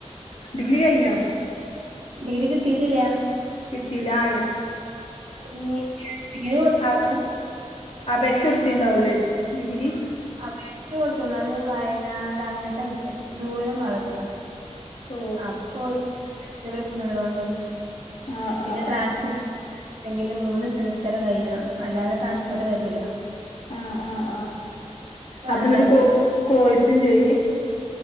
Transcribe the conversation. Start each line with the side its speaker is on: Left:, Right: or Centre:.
Left: ഡിഗ്രി കഴിഞ്ഞോ
Right: ഡിഗ്രി കിട്ടീട്ട്ല്ലാ
Left: കിട്ടിയില്ല ആയ
Right: നഴ്സിങ്ങിന് കൊട്ത്ണ്
Left: ആ അപേക്ഷ എടുത്തിുണ്ടാവലേ ഡിഗ്രി
Right: അപേിച്ചച്ച് കൊടുത്ത അത് വയനാട് അങ്ങട്ട കിട്ടിയ ദൂരം ഭാഗത്തൊക്കെ
Left: ഓ
Right: അപ്പൊ എനിക്ക് ദൂരത്തിന്റെ പ്രശ്ന ഉള്ളൊണ്ടണ്ട്
Left: ആ ആ
Right: പിന്നെ ട്രാൻസ്ഫർ
Left: ആ
Right: എങ്കില് മൂന്ന് സെമസ്റ്റർ കഴിയണം അല്ലാതെ ട്രാൻസ്ഫർ തരൂല
Left: ആഹ് ആഹ് ആഹ്
Right: അത് വേണ്ടാച്ചു
Left: അപ്പൊ ന്നട്ട് കോ കോഴ്സും ചെയ്ത്?